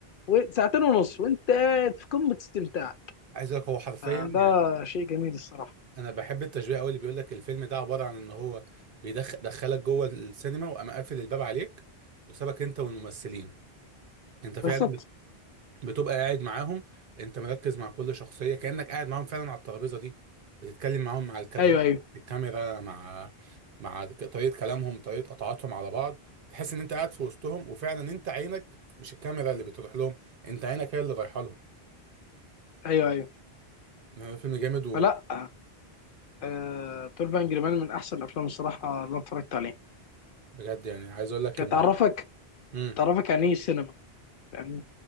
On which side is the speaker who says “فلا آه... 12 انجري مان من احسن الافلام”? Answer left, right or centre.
Left